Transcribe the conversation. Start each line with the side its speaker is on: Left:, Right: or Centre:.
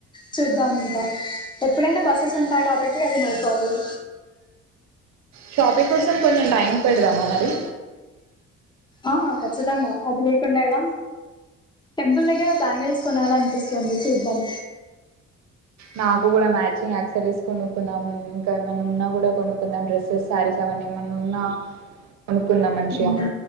Left: చూద్దాం ఇంకా ఎప్పుడైనా బస్సెస్ ఉంటాయి కాబట్టి అది నో ప్రాబ్లం
Right: షాపింగ్ కోసం కొంచెం టైం పెడదామా మరి
Left: అహా ఖచ్చితంగా అది లేకుండా ఎలా టెంపుల్ దగ్గర బ్యాంగిల్స్ కొనాలనిపిస్తుంది చూద్దాం
Right: నాకు కూడా మ్యాచింగ్ ఆక్సరీస్ కొనుక్కుందాం ఇంకా ఏమైనా ఉన్నా కూడా కొనుక్కుందాం డ్రస్సెస్ శారీస్ మనేమన్నా ఉన్నా కొనుకుందాం మంచిగా
Left: మ్మ్.